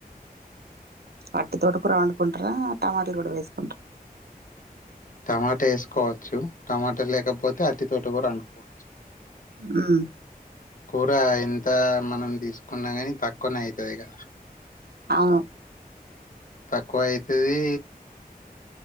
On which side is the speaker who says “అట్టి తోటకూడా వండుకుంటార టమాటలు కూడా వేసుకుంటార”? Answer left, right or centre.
Right